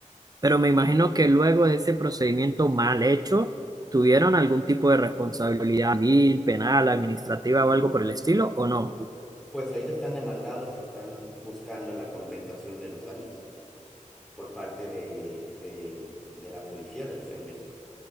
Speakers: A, on the right (about 30°); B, in the centre.
A: Pero me imagino que luego de ese procedimiento mal hecho, ¿tuvieron algún tipo de responsabilidad civil, penal, administrativa o algo por el estilo o no?
B: Pues ahorita están demandados y están buscando la compensación de los daños por parte de, de, de la policía de la Ciudad de México.